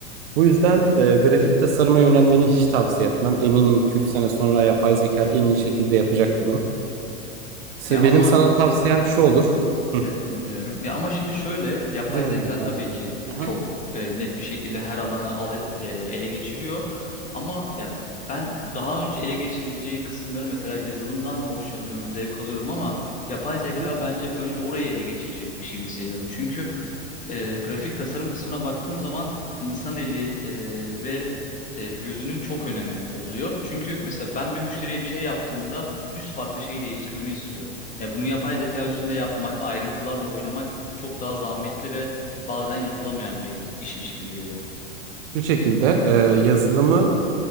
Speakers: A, on the right; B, on the left.
A: Bu yüzden e, grafik tasarıma yönelmeni hiç tavsiye etmem. Eminim 2 üç sene sonra yapay zeka en iyi şekilde yapacak bunu. Se-
B: Ya ama
A: Benim sana tavsiyem şu olur. Hı.
B: Evet dinliyorum. Ya ama şimdi şöyle yapay
A: Dinliyorum
B: zeka
A: ben
B: tabii
A: dinliyorum.
B: ki
A: Hı hı.
B: çok e, net bir şekilde her alanı al- e, ele geçiriyor. Ama yani ben daha önce ele geçireceği kısımları mesela yazılımdan hoşlanıyorum, zevk alıyorum ama yapay zeka
A: Hı hı.
B: bence önce orayı ele geçirecekmiş gibi hissediyorum. Çünkü e, grafik tasarım kısmına baktığım zaman insan eli e, ve e, gözünün çok önemi oluyor. Çünkü mesela ben bir müşteriye bir şey yaptığımda 100 farklı şeyi değiştirmemi istiyor. Ya bunu yapay zeka üstünde yapmak, ayrıntılarla oynamak çok daha zahmetli ve bazen yapılamayan bir işmiş gibi geliyor.
A: Şu şekilde e, yazılımı